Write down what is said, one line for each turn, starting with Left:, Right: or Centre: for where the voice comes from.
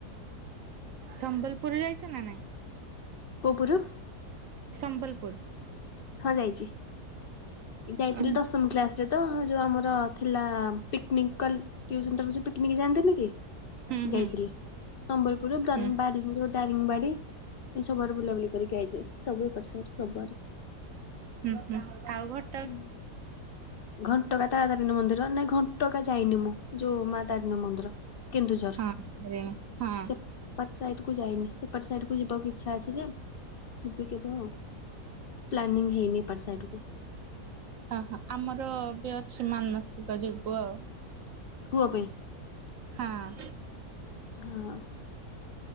Right: ସମ୍ବଲପୁର ଯାଇଛ ନା ନାଇଁ?
Left: କ ଉପରୁ
Right: ସମ୍ବଲପୁର?
Left: ହଁ ଯାଇଛି। ଯାଇଥିଲି
Right: ହୁଁ ହୁଁ
Left: ଦଶମ କ୍ଲାସ ରେ ତ ଯୋଉ ଆମର ଥିଲା ପିକନିକ କଲ, ଟ୍ୟୁସନ ତରଫରୁ ସବୁ ପିକନିକ ଯାଆନ୍ତିନି କି,
Right: ହୁଁ ହଁ।
Left: ଯାଇଥିଲି। ସମ୍ବଲପୁର ରେ ଦାର
Right: ହୁଁ ହୁଁ
Left: ବାରିଂ ଦାରିଙ୍ଗବାଡି ଏ ସବୁଆଡେ ବୁଲାବୁଲି କରିକି ଆଇଛି। ସବୁ ଏପଟ ସାଇଡ ସବୁ ଆର
Right: ହୁଁ ହୁଁ। ଆଉ ଘଟ
Left: ହୁଁ। ଘଣ୍ଟ ଘଟକା ତାର ତାରିଣୀ ମନ୍ଦିର, ନାଇଁ ଘଣ୍ଟକା ଯାଇନି ମୁଁ ଯୋଉ ମା ତାରିଣୀ ମନ୍ଦିର। କେନ୍ଦୁଝର।
Right: ହଁ ତାରିଣୀ ହଁ ହୁଁ।
Left: ସେପ ସାଇଡ କୁ ଯାଇନି। ସେ ଏପଟ ସାଇଡ କୁ ଯିବାକୁ ଇଛା ଅଛି ଯେ, ଯିବି କେବେ ଆଉ। ପ୍ଲାନିଂ ହେଇନି ଏପଡ ସାଇଡକୁ।
Right: ହଁ ହଁ ଆମର ବି ଅଛି ମାନସିକ ଯିବୁ ଆଉ।
Left: ପୁଅ ପାଇଁ
Right: ହଁ
Left: ହଁ ଅଁ